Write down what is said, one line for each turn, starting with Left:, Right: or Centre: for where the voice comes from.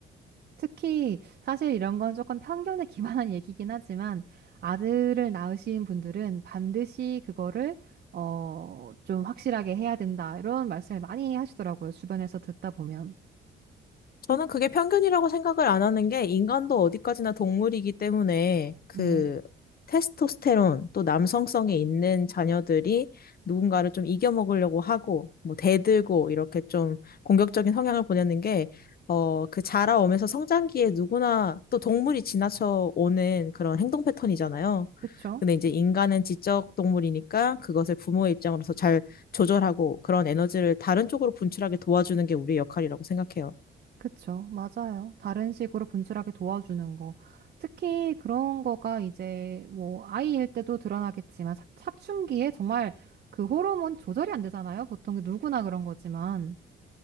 Right: 특히 사실 이런 건 조금 편견에 <laughs> 기반한 얘기긴 하지만 아들을 낳으신 분들은 반드시 그거를 어, 좀 확실하게 해야 된다. 이런 말씀을 많이 하시더라고요. 주변에서 듣다 보면.
Left: 저는 그게 편견이라고 생각을 안 하는 게 인간도 어디까지나 동물이기 때문에 그
Right: 네.
Left: 테스토스테론 또 남성성이 있는 자녀들이 누군가를 좀 이겨먹으려고 하고 뭐 대들고 이렇게 좀 공격적인 성향을 보내는 게 어, 그 자라오면서 성장기에 누구나 또 동물이 지나쳐 오는 그런 행동 패턴이잖아요.
Right: 그쵸?
Left: 근데 이제 인간은 지적 동물이니까 그것을 부모의 입장으로서 잘 조절하고 그런 에너지를 다른 쪽으로 분출하게 도와주는 게 우리의 역할이라고 생각해요.
Right: 그쵸, 맞아요. 다른 식으로 분출하게 도와주는 거. 특히 그런 거가 이제 뭐 아이일 때도 드러나겠지만 사- 사춘기에 정말 그 호르몬 조절이 안 되잖아요. 보통 그 누구나 그런 거지만.